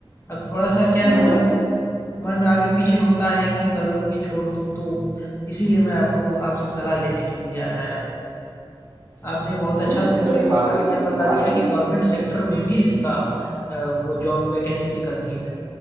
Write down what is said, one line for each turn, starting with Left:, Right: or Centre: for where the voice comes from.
Left: अब थोड़ा सा क्या है
Right: मेहनत
Left: मन मन आगे पीछे होता है कि करूँ कि छोड़ दूँ तो इसीलिए मैं आपको आपसे सलाह लेने के लिए आज आया हूं। आपने बहुत
Right: मेहनत
Left: अच्छा मेरे
Right: करने
Left: को एक और
Right: वालों
Left: आइडिया
Right: की कभी
Left: बता
Right: हार
Left: दिया
Right: नहीं
Left: कि गवर्नमेंट
Right: होती है
Left: सेक्टर में भी इसका अ, वो जॉब वैकेंसी निकलती है।